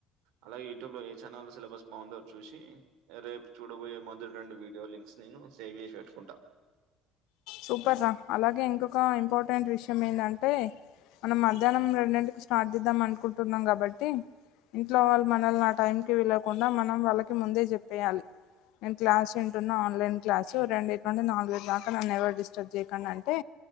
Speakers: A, on the right (about 80°); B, on the left (about 75°).
A: అలాగే యూట్యూబ్లో ఏ ఛానల్ సిలబస్ బాందో చూసి రేపు చూడబోయే మొదటి రెండు వీడియోలు అంక్స్ నేను సేవ్ చేసి పెట్టుకుంటా
B: సూపర్ర అలాగే ఇంకొక ఇంపార్టెంట్ విషయం ఏందంటే మనం మధ్యాహ్నం రెండింటికి స్టార్ట్ చేద్దాం అనుకుంటున్నాం కాబట్టి ఇంట్లో వాళ్ళు మనల్ని నా టైంకి పిలవకుండా మనం వాళ్ళకి ముందే చెప్పేయాలి నేను క్లాస్ ఇంటున్నా ఆన్లైన్ క్లాసు రెండు ఇంటి నుండి నాలుగు ఐదు దాకా నన్ను ఎవరు డిస్టర్బ్ చేయకండి అంటే